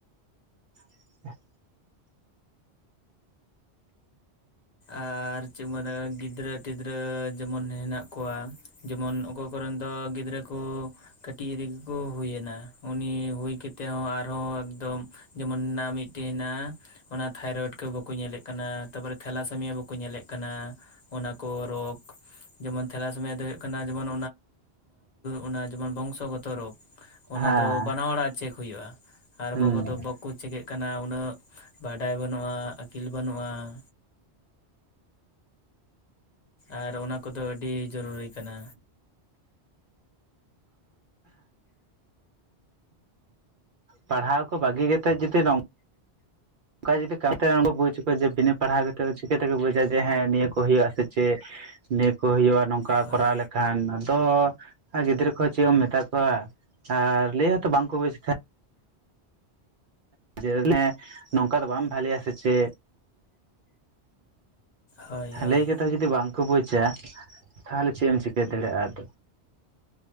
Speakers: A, on the right; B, on the left.
A: <inaudible>
B: ᱟᱨ ᱪᱮᱫ ᱢᱟᱧ ᱜᱤᱫᱽᱨᱟᱹᱴᱤᱫᱽᱨᱟᱹ ᱡᱮᱢᱚᱱ ᱦᱮᱱᱟᱜ ᱠᱚᱣᱟ᱾ ᱡᱮᱢᱚᱱ ᱚᱠᱚᱭ ᱠᱚᱨᱮᱱ ᱫᱚ ᱜᱤᱫᱽᱨᱟᱹ ᱠᱚ ᱠᱟᱹᱴᱤᱡ ᱨᱮᱜᱮ ᱠᱩ ᱦᱩᱭ ᱱᱟ ᱩᱱᱤ ᱦᱩᱭ ᱠᱟᱛᱮᱫ ᱦᱚᱸ ᱟᱨᱦᱚᱸ ᱮᱠᱫᱚᱢ ᱡᱮᱢᱚᱱ ᱚᱱᱟ ᱢᱤᱫᱴᱤᱜ ᱦᱮᱱᱟᱜᱼᱟ ᱚᱱᱟ ᱛᱷᱟᱭᱨᱚᱭᱮᱰ ᱠᱚ ᱵᱟᱠᱚ ᱧᱮᱞᱮᱫ ᱠᱟᱱᱟ ᱛᱟᱯᱚᱨᱮ ᱛᱷᱮᱞᱟᱥᱮᱢᱤᱭᱟᱹ ᱵᱟᱠᱚ ᱧᱮᱞᱮᱜ ᱠᱟᱱᱟ ᱚᱱᱟ ᱠᱚ ᱨᱚᱜ᱾ ᱡᱮᱢᱚᱱ ᱛᱷᱮᱞᱟᱥᱮᱢᱤᱭᱟᱹ ᱫᱚ ᱦᱳᱭᱳᱜ ᱠᱟᱱᱟ ᱡᱮᱢᱚᱱ ᱚᱱᱟ ᱡᱮᱢᱚᱱ ᱵᱚᱝᱥᱚᱜᱚᱛᱚ ᱨᱳᱜᱽ᱾ ᱚᱱᱟ
A: ᱦᱮᱸ
B: ᱫᱚ ᱵᱟᱱᱟ ᱦᱚᱲᱲᱟᱜ ᱪᱮᱠ ᱦᱩᱭᱩᱜᱼᱟ ᱟᱨ ᱚᱠᱚᱭ
A: ᱦᱩᱸ
B: ᱠᱚᱫᱚ ᱵᱚᱠᱚ ᱪᱤᱠᱟᱹᱜ ᱠᱟᱱᱟ ᱩᱱᱟᱹᱜ ᱵᱟᱰᱟᱭ ᱵᱟᱹᱱᱩᱜᱼᱟ ᱟᱹᱠᱤᱞ ᱵᱟᱹᱱᱩᱜᱼᱟ᱾ ᱟᱨ ᱚᱱᱟ ᱠᱚᱫᱚ ᱟᱹᱰᱤ ᱡᱟᱨᱩᱨᱤ ᱠᱟᱱᱟ᱾
A: ᱯᱟᱲᱦᱟᱣ ᱠᱚ ᱵᱟᱹᱜᱤ ᱠᱟᱛᱮᱜ ᱡᱚᱫᱤ ᱱᱚᱝ ᱚᱱᱠᱟ ᱡᱩᱫᱤ ᱠᱟᱛᱮ ᱦᱚᱲ ᱵᱚ ᱵᱩᱡᱽ ᱟᱠᱚᱣᱟ ᱡᱮ ᱵᱤᱱᱟᱹ ᱯᱟᱲᱦᱟᱣ ᱠᱟ ᱠᱟᱛᱮᱫ ᱪᱤᱠᱟᱹ ᱛᱮᱠᱚ ᱵᱩᱡᱟ ᱡᱮ ᱦᱮᱸ ᱱᱤᱭᱟᱹ ᱠᱚ ᱦᱩᱭᱩᱜ-ᱟ ᱥᱮ ᱪᱮᱫ᱾ ᱱᱤᱭᱟᱹ ᱠᱚ ᱦᱩᱭᱩᱜᱼᱟ ᱱᱚᱝᱠᱟ
B: ᱦᱳᱭ
A: ᱠᱚᱨᱟᱣ ᱞᱮᱠᱟ ᱠᱷᱟᱱ ᱟᱫᱚ ᱜᱤᱫᱽᱨᱟᱹ ᱠᱚᱦᱚᱸ ᱪᱮᱫ ᱮᱢ ᱢᱮᱛᱟ ᱠᱚᱣᱟ ᱟᱨ ᱞᱟᱹᱭ ᱦᱚᱸᱛᱚ ᱵᱟᱝᱠᱚ ᱵᱩᱡ ᱠᱷᱟ ᱡᱮ ᱞᱮ ᱱᱚᱝᱠᱟ ᱫᱚ ᱵᱟᱢ ᱵᱷᱟᱞᱮ ᱟ ᱥᱮ ᱪᱮ᱾
B: ᱦᱳᱭ ᱦᱳᱭ
A: ᱞᱟᱹᱭ ᱠᱟᱛᱮ ᱦᱚ ᱡᱩᱫᱤ ᱵᱟᱝᱠᱚ ᱵᱩᱡᱟ ᱛᱟᱦᱞᱮ ᱪᱮᱫ ᱮᱢ ᱪᱤᱠᱟᱹ ᱫᱟᱲᱮᱜ ᱟᱫ᱾